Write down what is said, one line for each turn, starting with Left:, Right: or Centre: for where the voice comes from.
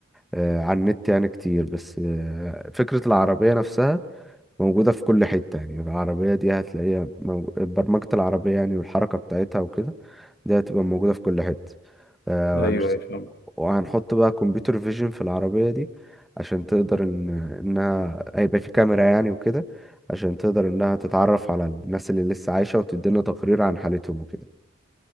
Centre: آه، على النت يعني كتير بس آه، فكرة العربية نفسها موجودة في كل حتة يعني العربية دي هتلاقيها مو... برمجة العربية يعني والحركة بتاعتها وكده دي هتبقى موجودة في كل حتة آه
Left: ايوه
Centre: وهنش-
Left: ايوه فاهم
Centre: وهنحط بقى كمبيوتر فيجن في العربية دي عشان تقدر ان انها هيبقى في كاميرا يعني وكده عشان تقدر انها تتعرف على الناس اللي لسه عايشة وتدينا تقرير عن حالتهم وكده